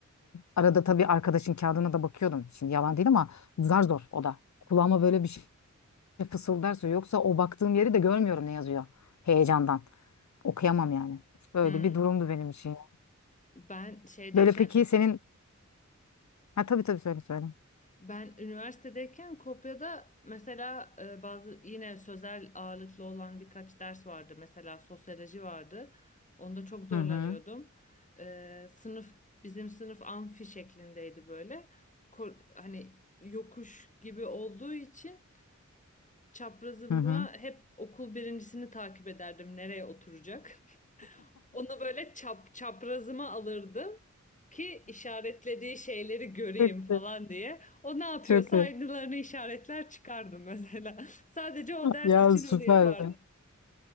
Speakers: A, on the left (about 65°); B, on the left (about 25°).
A: Arada tabii arkadaşın kağıdına da bakıyordum. Şimdi yalan değil ama zar zor o da. Kulağıma böyle bir şey fısıldarsa yoksa o baktığım yeri de görmüyorum ne yazıyor heyecandan. Okuyamam yani. Böyle
B: Hmm.
A: bir durumdu benim için.
B: Ben şeydeyken
A: Böyle peki senin... Ha tabii tabii söyle söyle.
B: Ben üniversitedeyken Kopya'da mesela e, bazı yine sözel ağırlıklı olan birkaç ders vardı. Mesela sosyoloji vardı. Onda çok zorlanıyordum.
A: Hı hı.
B: E, sınıf bizim sınıf amfi şeklindeydi böyle. Ko- hani yokuş gibi olduğu için çaprazımda
A: Hı hı.
B: hep okul birincisini takip ederdim nereye oturacak. Onu böyle çap, çaprazıma alırdım ki işaretlediği şeyleri göreyim
A: Çok
B: falan
A: iyi.
B: diye. O ne yapıyorsa
A: Çok iyi.
B: aynılarını işaretler çıkardım mesela. <laughs> Sadece o ders
A: Ya
B: için
A: süper.
B: onu yapardım.